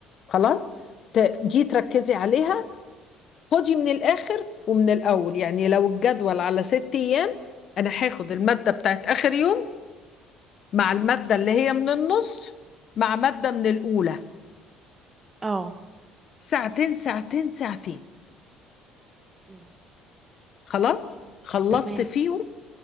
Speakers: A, on the left (about 55°); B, on the right (about 25°).
A: خلاص ت- دي تركزي عليها خدي من الآخر ومن الأول يعني لو الجدول على ست أيام أنا هاخد المادة بتاعت آخر يوم مع المادة اللي هي من النص مع مادة من الأولى
B: اه
A: ساعتين ساعتين ساعتين
B: مم.
A: خلاص خلصت
B: تمام
A: فيهم